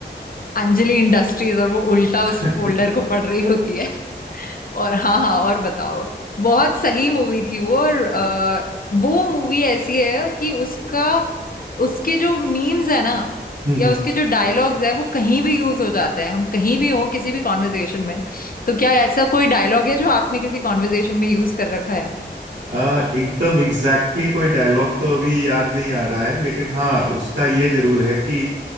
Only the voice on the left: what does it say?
अंजलि इंडस्ट्रीज और वो उल्टा उस
फोल्डर को पढ़ रही होती है और हाँ हाँ और बताओ बहुत सही मूवी थी वो और अ, वो मूवी ऐसी है कि उसका उसके जो मीम्स है ना
या उसके जो डायलॉग्स है वो कहीं भी यूज हो जाते हैं हम कहीं भी हो किसी भी कॉन्वर्जेशन में तो क्या ऐसा कोई डायलॉग है जो आपने किसी कॉन्वर्जेशन में यूज कर रखा है